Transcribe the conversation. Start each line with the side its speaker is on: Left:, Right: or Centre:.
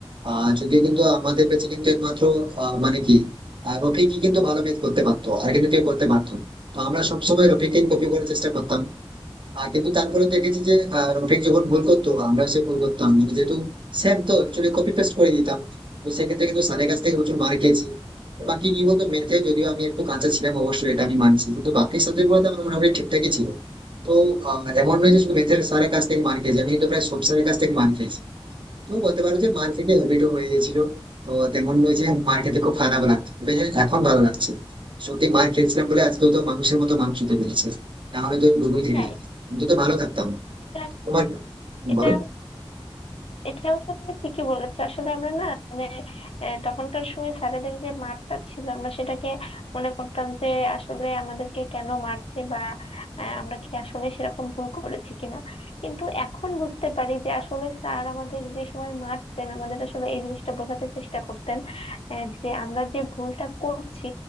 Right: আহ যদিও কিন্তু আমাদের কাছে কিন্তু একমাত্র আহ, মানে কি আহ, রফিকই কিন্তু ভালো ম্যাথ করতে পারতো আর কিন্তু কেউ করতে পারতো না। তো আমরা সবসময় রফিককে কপি করার চেষ্টা করতাম আহ, কিন্তু তারপরে দেখেছি যে আহ, রফিক যখন ভুল করতো আমরাও সে ভুল করতাম মানে যেহেতু সেম তো একচুয়ালি কপি পেস্ট করে দিতাম তো সেক্ষেত্রে কিন্তু স্যারের কাছ থেকে প্রচুর মার খেয়েছি বাকি কি বলতো ম্যাথে যদিও আমি একটু কাঁচা ছিলাম অবশ্যই এটা আমি মানছি কিন্তু বাকি সাবজেক্ট গুলোতে আমার মোটামুটি ঠিকঠাকই ছিল তো আহ, এমন নয় যে শুধু ম্যাথের স্যারের কাছ থেকে মার খেয়েছি আমি কিন্তু প্রায় সব স্যারের কাছ থেকে মার খেয়েছি তো বলতে পারো যে মার থেকে হ্যাবিটও হয়ে গেছিল তো তেমন নয় যে মার খেতে খুব খারাপ লাগতো তবে হ্যাঁ এখন ভালো লাগছে সত্যি মার খেয়েছিলাম বলে আজকে তো মানুষের মতো মাংস হতে পেরেছে না হলে তো গরুই থেকে
Left: হ্যাঁ
Right: যেত কিন্তু তো ভালো থাকতাম
Left: এটা
Right: তোমার
Left: এটা
Right: বলো
Left: এটা অবশ্য তুমি ঠিকই বলেছো আসলে আমরা না মানে আহ, তখনকার সময় স্যারেদের যে মারটা ছিল আমরা সেটাকে মনে করতাম যে আসলে আমাদেরকে কেন মারছে বা আহ, আমরা কি আসলে সেরকম ভুল করেছি কিনা কিন্তু এখন বুঝতে পারি যে আসলে স্যার আমাদের যে সময় মারতেন আমাদের আসলে এই জিনিসটা বোঝাতে চেষ্টা করতেন আহ, যে আমরা যে ভুলটা করছি